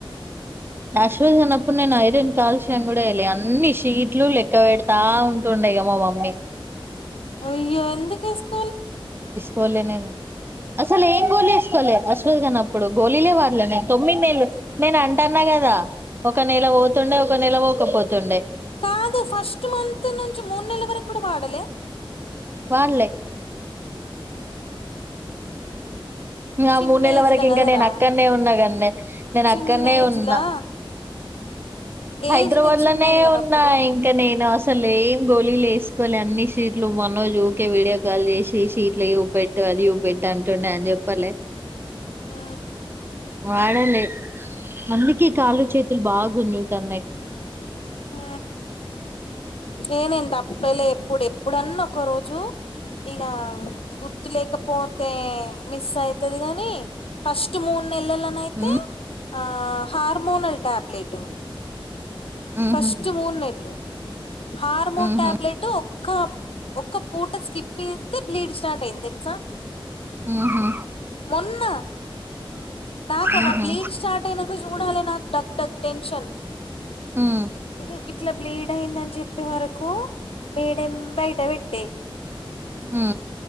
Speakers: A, on the right; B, on the left.
A: అశ్విన్ కన్నప్పుడు నేను ఐరన్ కాలుష్యం కూడా ఏ లే అన్ని షీట్లు లెక్క పెడతా ఉంటుండే ఇగ మా మామ్ ఉన్నే
B: అయ్యో ఎందుకు ఏసుకు
A: కోలే నేను అసలు ఏం గోల్ వేసుకోలే అశ్వథ్ గానీ అప్ ప్పుడు గోళలే వాడలే నేను తొమ్మిది నెలలు నేను అంటన్నా కదా ఒక నెల పోతుండే ఒక నెల పోకపోతుండే
B: కాదు ఫస్ట్ మంత్ నుంచి మూడు నెల్ల వరకు కూడా వాడలే
A: వాడుళ్లే
B: ఆహ
A: ఇంగ ఆ
B: చిన్న
A: మూడు నెలల
B: ఏజ్
A: వరకు
B: లా కదా
A: ఇంకా నేను
B: రా
A: అక్కడనే ఉన్నా కన్నే నేను
B: చిన్న
A: అక్కడనే
B: ఏజ్
A: ఉన్నా
B: లా
A: హైదరాబాద్
B: ఏజ్ ని చిన్నది
A: లనే
B: కదా
A: ఉన్నా
B: అప్పుడు
A: ఇంకా నేను అస్ అసలు ఏం గోళిలు వేసుకోలే అన్ని షీట్లు మనోజు ఊకే వీడియో కాల్ చేసి షీట్లు చూపెట్టు తదియు పెట్టు అంటున్న అని చెప్పాలే
B: ఆ
A: వాడలే అందుకే కాళ్ళ చేతులు బాగు గుంజుతన్నాయి
B: ఉ ఏ నేను దప్పలే ఎప్పుడు ఎప్పుడన్న ఒక రోజు ఇక గుర్తు లేకపోతే మిస్ అయితది గాని ఫస్ట్ మూన్ నెలల్లా నైతే
A: ఉమ్
B: ఆ హార్ మోనాల్ టాబ్లెట్ టు
A: ఉహు
B: ఫస్ట్ మూనెల్లు హార్మోన్
A: ఉహు
B: టాబ్లెట్ ఒక్క ఒక్క పూట స్కిప్ ఫీ ఇతే బ్లీడ్ స్టార్ట్ అయ్యింది తెలుసా
A: ఉహు
B: మొన్న నాకు
A: ఉహు
B: ఆ బ్లీడ్ స్టార్ట్ అయినంకా చూడాలి నాకు డగ్ డగ్ టెన్షన్
A: ఉమ్
B: ఇగ గిట్లా బ్లీడ్ అయిందని చెప్పే వరకు మేడం బయట పెట్టే
A: ఆ